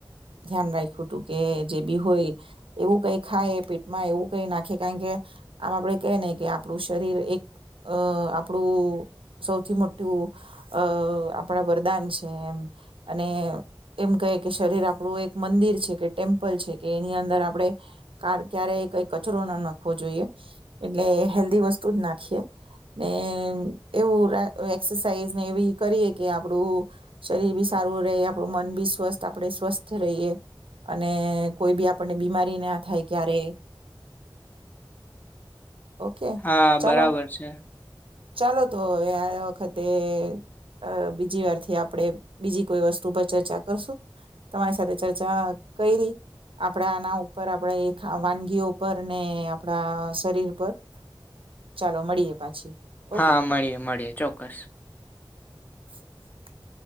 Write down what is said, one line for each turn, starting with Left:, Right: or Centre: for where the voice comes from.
Right: ધ્યાન રાખ્યું હતું કે જે બી હોય એવું કઈ ખાય પેટમાં એવું કઈ નાખે કારણ કે આમ આપડે કહે નહી કે આપણું શરીર એક અ આપણું સૌથી મોટું અ આપણા વરદાન છે. એમ અને એમ કહે કે શરીર આપણું એક મંદિર છે કે ટેમ્પલ છે કે એની અંદર આપણે કર ક્યારેય કઈ કચરો ના નાખવો જોઈએ એટલે હેલ્ધી વસ્તુ જ નાખીએ ને એવું એક્સરસાઇઝને એવી કરીએ કે આપણું શરીર બી સારું રહે આપણું મન બી સ્વસ્થ આપણે સ્વસ્થ રહીએ અને કોઈ બી આપણે બીમારી ના થાય ક્યારે ઓકે
Left: હા
Right: ચાલો
Left: બરાબર છે.
Right: ચાલો તો હવે આ વખતે અ બીજી વારથી આપણે બીજી કોઈ વસ્તુ પર ચર્ચા કરશુ તમારી સાથે ચર્ચા કયરી આમ આપણે આના ઉપર આપણેે વાનગીઓ પર ને આપડા શરીર પર ચાલો મળીએ પાછી
Left: હા
Right: ઓકે
Left: મળીએ મળીએ ચોક્કસ.
Right: <inaudible>